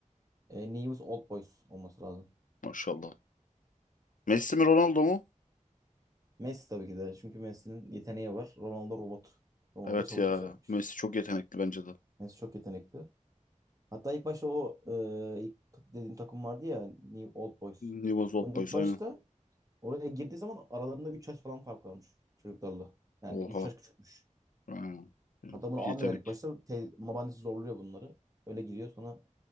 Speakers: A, on the right (about 25°); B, on the left (about 85°).
A: E, neyimiz Old Boys olması lazım.
B: Maşallah. Messi mi Ronaldo mu?
A: Messi tabii ki de. Çünkü Messi'nin yeteneği var. Ronaldo robot. Ronaldo
B: Evet
A: çalışmış
B: ya.
A: yapmış.
B: Messi çok yetenekli bence de.
A: Messi çok yetenekli. Hatta ilk başta o e, ilk dediğim takım vardı ya New Old Boys.
B: Newell's Old
A: Onun
B: Boys
A: ilk başta
B: aynen.
A: oraya girdiği zaman aralarında 3 yaş falan fark varmış çocuklarla. Yani
B: Oha.
A: 3 yaş küçükmüş.
B: Aynen.
A: Hatta bunu almıyorlar
B: Yetenek.
A: ilk başta. Te- babaannesi zorluyor bunları. Öyle giriyor sonra